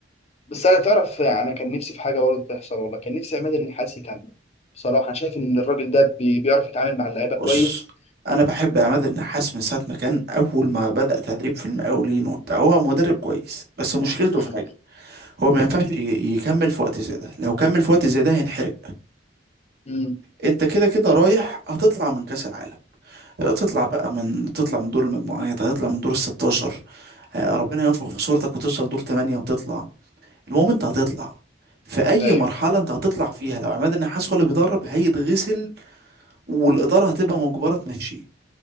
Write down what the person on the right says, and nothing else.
بص
انا بحب عماد النحاس من ساعه ما كان اول ما بدأ تدريب في المقاولين وبتاع هو مدرب كويس بس مشكلته
في حاجه هو
ما ينفعش <laughs> ي- يكمل في وقت زي ده لو كمل في وقت زي ده هينحرق
انت كده كده رايح هتطلع من كاس العالم تطلع بقى من تطلع من دور المجموعات هتطلع من دور ال 16 آه، ربنا ينفخ في صورتك وتوصل دور 8 وتطلع المهم انت هتطلع في اي
مرحله انت هتطلع فيها لو عماد النحاس هو اللي بيدرب هيتغسل والاداره هتبقى مجبره تمشيه